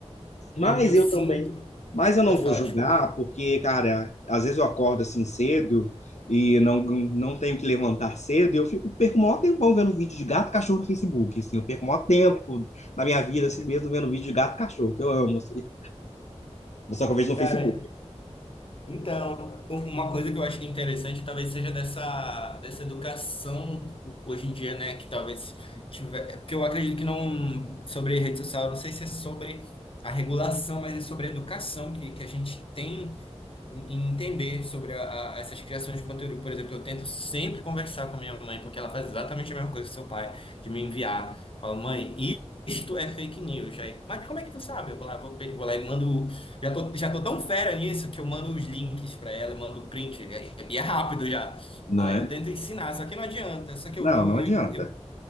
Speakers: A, on the left; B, on the left.
A: Mas
B: Eu, eu
A: eu
B: sinto.
A: também, mas eu não
B: Pode
A: vou
B: falar,
A: julgar,
B: desculpa.
A: porque, cara, às vezes eu acordo assim cedo e não, não tenho que levantar cedo, e eu fico, perco o maior tempão vendo vídeo de gato e cachorro no Facebook, assim, eu perco o maior tempo na minha vida, assim mesmo, vendo vídeo de gato e cachorro, que eu amo, assim. Só que eu vejo no
B: Cara,
A: Facebook,
B: Então, um, uma coisa que eu acho que é interessante talvez seja dessa, dessa educação hoje em dia, né? Que talvez tiver. é Porque eu acredito que não. Sobre rede social, eu não sei se é sobre a regulação, mas é sobre a educação que, que a gente tem em entender sobre a- a- essas criações de conteúdo. Por exemplo, eu tento sempre conversar com a minha mãe, porque ela faz exatamente a mesma coisa que seu pai, de me enviar. Fala, mãe, i- isto é fake news. Aí, mas como é que tu sabe? Eu vou lá, vou, pe- vou lá e mando. Já tô, já tô tão fera nisso que eu mando os links para ela, mando print, e é, e é rápido já.
A: não
B: Aí
A: é?
B: eu tento ensinar, só que não adianta. Só que
A: Não,
B: eu, eu,
A: não
B: eu,
A: adianta.
B: eu,